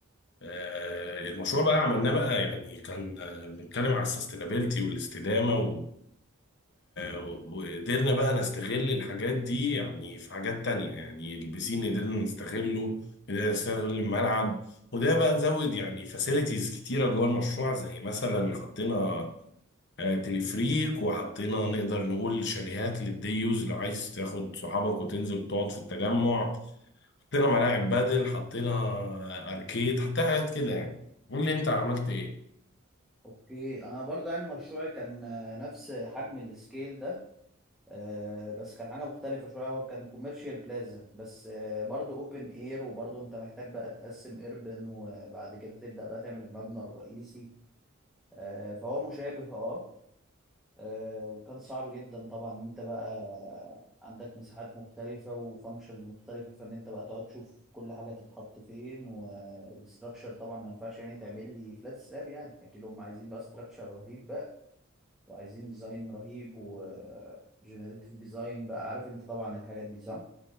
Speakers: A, on the left; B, in the centre.
A: آه، المشروع بقى عملناه بقى يعني كان آه، بنتكلم على السستينابيلتي والاستدامة و- وقدرنا بقى نستغل الحاجات دي يعني في حاجات تانية يعني البسين قدرنا نستغله قدرنا نستغل الملعب وده بقى نزود يعني فاسيلتيز كتيرة جوه المشروع زي مثلا حطينا آه، تلفريك وحطينا نقدر نقول شاليهات للديوز لو عايز تاخد صحابك وتنزل وتقعد في التجمع حطينا ملاعب بدل حطينا آه، أركيد حطينا حاجات كده يعني قول لي أنت عملت إيه؟
B: اوكي انا برضو يعني مشروعي كان آه، نفس حجم السكيل ده آه، بس كان حاجة مختلفة شوية هو كان كوميرشال بلازا بس آه، برضو اوبن اير وبرضو انت محتاج بقى تقسم ايربن وبعد كده تبدأ بقى تعمل المبنى الرئيسي آه، فهو مشابه اه آه، وكان صعب جدا طبعا ان انت بقى عندك مساحات مختلفة وفانكشنز مختلفة فان انت بقى تقعد تشوف كل حاجة تتحط فين والاستراكشر طبعا ما ينفعش يعني تعمل لي فلات سلاب يعني اكيد هم عايزين بقى استراكشر رهيب وعايزين ديزاين رهيب وجنريتيف ديزاين بقى عارف انت طبعا الحاجات دي صح؟